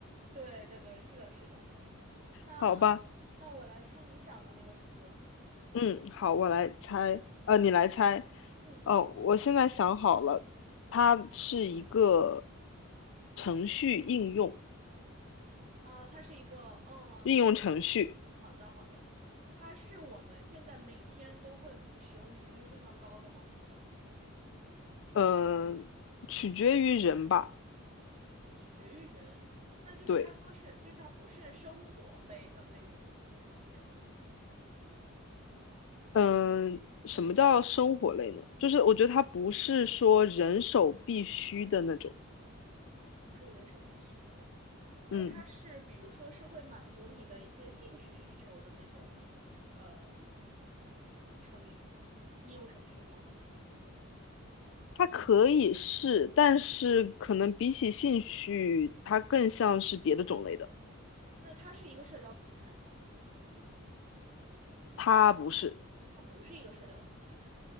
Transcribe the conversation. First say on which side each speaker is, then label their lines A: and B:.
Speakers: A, on the right; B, on the left.
A: 对对对，是的，是的。那
B: 好吧？
A: 那我来猜你想的那个词。
B: 嗯，好，我来猜，呃，你来猜，
A: 嗯，
B: 哦，我现在想好了，它是一个程序应用，
A: 啊、它是一个，嗯，
B: 应用程序，
A: 它是好的好的，它是我们现在每天都会使用频率非常高的吗？
B: 嗯、取决于人吧，
A: 取决于人。那就是他说是，
B: 对，
A: 就是它不是生活类的那种程序吗？
B: 嗯、什么叫生活类呢？就是我觉得它不是说人手必须的那种，
A: 不是人手必须的。那它是比如说是会满足你的一些兴趣需求的那种
B: 嗯。
A: 呃程序应用程序吗？
B: 它可以是，但是可能比起兴趣，它更像是别的种类的。
A: 那它是一个社交平台吗？
B: 他不是，
A: 它不是一个社交平台，